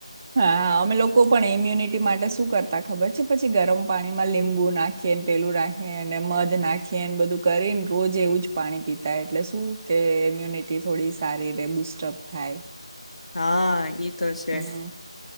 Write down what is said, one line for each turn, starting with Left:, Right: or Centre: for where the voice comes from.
Right: હા અમે લોકો પણ ઈમ્યુનિટી માટે શું કરતા ખબર છે પછી ગરમ પાણીમાં લીંબુ નાખે ને, પેલું નાખીએ ને, મધ નાખીએને બધું કરીને રોજ એવું જ પાણી પીતા એટલે શું કે ઈમ્યુનિટી થોડી સારી રે બુસ્ટઅપ થાય.
Left: હા એ જ ને તો છે
Right: હમ્મ